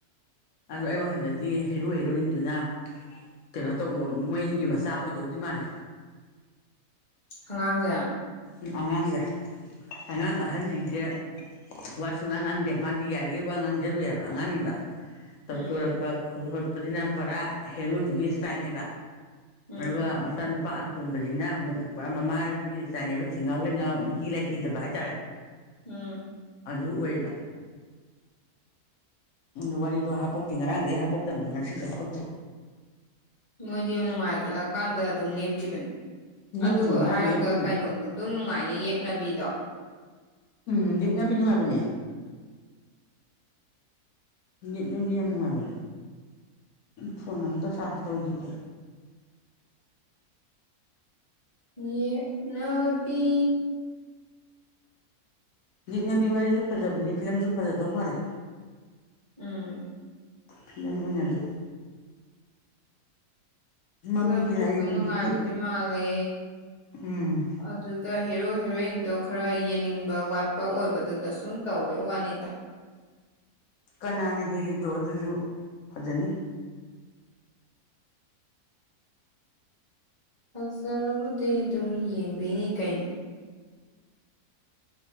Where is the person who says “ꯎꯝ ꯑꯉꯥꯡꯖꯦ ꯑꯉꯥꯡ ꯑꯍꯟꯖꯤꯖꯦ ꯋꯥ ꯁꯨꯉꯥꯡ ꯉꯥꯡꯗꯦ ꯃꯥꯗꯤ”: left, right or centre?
Left